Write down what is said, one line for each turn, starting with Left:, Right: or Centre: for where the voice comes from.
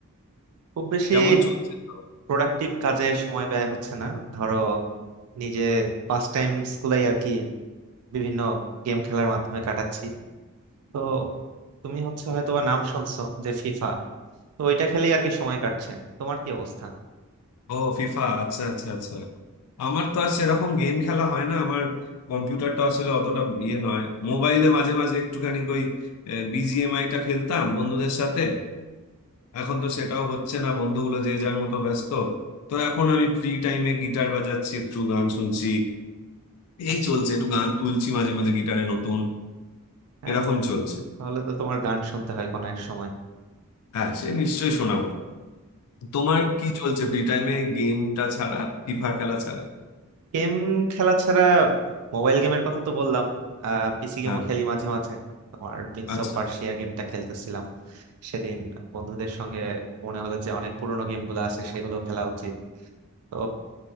Right: খুব বেশি
Left: কেমন চলছে তো?
Right: প্রোডাক্টিভ কাজে সময় ব্যয় হচ্ছে না ধরো নিজে পাস টাইম স্কুলেই আর কি বিভিন্ন গেম খেলার মাধ্যমে কাটাচ্ছি তো তুমি হচ্ছে হয়তো বা নাম শুনছো যে ফিফা তো ওইটা খেলেই আর কি সময় কাটছে তোমার কি অবস্থা
Left: ও ফিফা আচ্ছা আচ্ছা আচ্ছা আমার তো আর সেরকম গেম খেলা হয় না আমার কম্পিউটারটা আসলে অতটা ইয়ে নয় মোবাইলে মাঝে মাঝে একটুখানি ওই বিজিএমআই টা খেলতাম বন্ধুদের সাথে এখন তো সেটাও হচ্ছে না বন্ধুগুলো যে যার মতো ব্যস্ত তো এখন আমি ফ্রি টাইমে গিটার বাজাচ্ছি একটু গান শুনছি এই
Right: আচ্ছা
Left: চলছে একটু গান তুলছি মাঝে মাঝে গিটারে নতুন
Right: হ্যাঁ
Left: এরকম
Right: তো
Left: চলছে
Right: তাহলে তো তোমার গান শুনতে হয় কোনো এক সময়
Left: হ্যাঁ সে নিশ্চয়ই শোনাবো তোমার কি চলছে ফ্রি টাইমে গেমটা ছাড়া ফিফা খেলা ছাড়া
Right: গেম খেলা ছাড়া মোবাইল গেমের কথা তো বললাম আহ পিসি গেমও
Left: হ্যাঁ
Right: খেলি মাঝে মাঝে তোমার প্রিন্স
Left: আচ্ছা
Right: অফ পার্সিয়া
Left: আচ্ছা
Right: গেমটা খেলতেছিলাম সেদিন বন্ধুদের সঙ্গে মনে হলো যে অনেক পুরোনো গেমগুলো আছে সেগুলো খেলা উচিত তো